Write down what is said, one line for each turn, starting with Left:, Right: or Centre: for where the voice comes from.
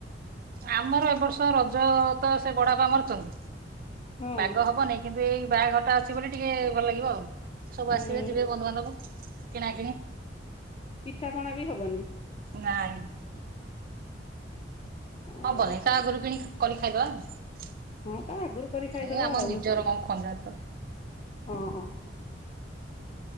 Right: ଆମର ଏ ବର୍ଷ ରଜ ତ ସେ ବଡା ବାପା ମରିଚନ୍ତି
Left: ହଁ
Right: ବାଗ ହବ ନେଇ। କିନ୍ତୁ ଏଇ ବାହା ଘରଟା ଅଛି ବୋଲି ଟିକେ ଭଲ ଲାଗିବ ଆଉ ସବୁ
Left: ଉଁ
Right: ଆସିବେ ଯିବେ ବନ୍ଧୁ ବାନ୍ଧବ। କିଣା କିଣି।
Left: ପିଠାପଣା ବି ହବନି?
Right: ନାଇଁ।
Left: ଏ
Right: ହବନି
Left: ବର୍ଷ
Right: ତା ଆଗରୁ କିଣି କରି ଖାଇ ଦବା ଆଉ।
Left: ହଁ ତା ଆଗରୁ କରି ଖାଇଦବା
Right: ଏ ଆମ
Left: ଆଉ।
Right: ନିଜର କଣ ଖଞ୍ଜା ତ
Left: ହଁ।